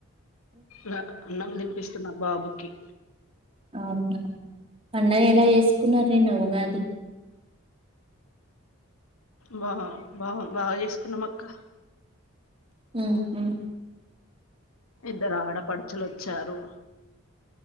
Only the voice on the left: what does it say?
లా అన్నం తినిపిస్తున్న బాబుకి.
బా బా బాగా చేసుకున్నామక్కా.
ఇద్దరు ఆడపడుచులు వచ్చారు.